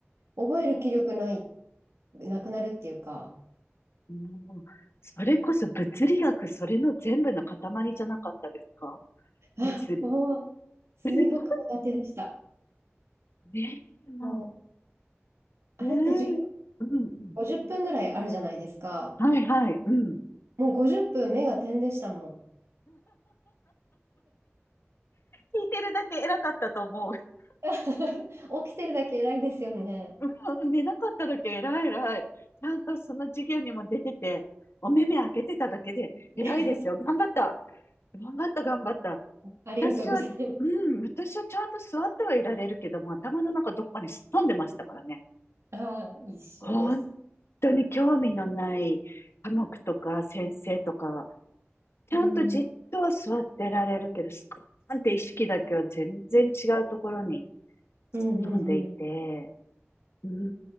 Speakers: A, on the right; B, on the left.
A: 覚える気力ない、なくなるっていうか、
B: う。もう、それこそ物理学、それの全部の塊じゃなかったですか
A: あ、
B: 物理。
A: もう、すごく苦手でした。
B: <laughs> ねえ、も
A: もう、あれって授業
B: う、うん。うんうん。
A: 50分ぐらいあるじゃないですか。
B: はいはい。うん。
A: もう50分目が点でしたもん。
B: 聞いてるだけ偉かったと思う。
A: <laughs> 起きてるだけ偉いですよね。
B: <laughs> うん寝なかっただけ偉い偉い。ちゃんとその授業にも出てて、お目目開けてただけで偉いですよ。
A: <laughs>
B: 頑張った。頑張った頑張った。
A: ありがとうございます。
B: 私は、うん、私はちゃんと座ってはいられるけども、頭の中どっかにすっ飛んでましたからね。
A: ああ、一緒です。
B: 本当に興味のない科目とか先生とか、ちゃんとじっとは座ってられるけど、
A: うん、うん
B: すっーんって意識だけは全然違うところにすっ飛んでいて、
A: うんうん。
B: うー